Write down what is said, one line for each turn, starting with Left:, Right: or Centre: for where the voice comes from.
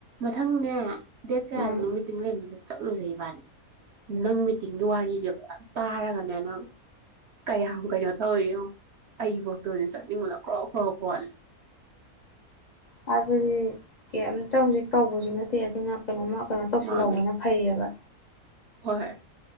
Right: ꯃꯊꯪꯅꯦ ꯗꯦ ꯀꯦ
Left: ꯎꯝ
Right: ꯍꯥꯏꯦꯜꯅꯣ ꯃꯤꯇꯤꯡ ꯂꯩꯗ ꯆꯠꯂꯨꯖꯩ ꯏꯕꯥꯅꯤ ꯅꯪ ꯃꯤꯇꯤꯡꯒꯤ ꯋꯥꯔꯤꯁꯦ ꯄꯨ ꯇꯥꯔꯒꯅꯦ ꯅꯪ ꯀꯌꯥꯝ ꯀꯩꯅꯣ ꯇꯧꯔꯤꯅꯣ ꯑꯩꯒꯤꯕꯣꯛꯇꯨꯗꯤ ꯆꯠꯅꯤꯡꯉꯣꯂ ꯀ꯭ꯔꯣ ꯀ꯭ꯔꯣ ꯀꯣꯜꯂꯤ
Left: ꯍꯥꯏꯕꯗꯤ ꯀꯩꯝꯇ ꯍꯧꯖꯤꯛ ꯇꯧꯕꯁꯨ ꯅꯠꯇꯦ ꯑꯗꯨꯅ ꯀꯩꯅꯣꯝꯃ ꯀꯩꯅꯣ ꯇꯧꯁꯤꯜꯍꯧꯕꯅ
Right: ꯃꯥꯅꯦ
Left: ꯐꯩꯌꯦꯕ
Right: ꯍꯣꯏ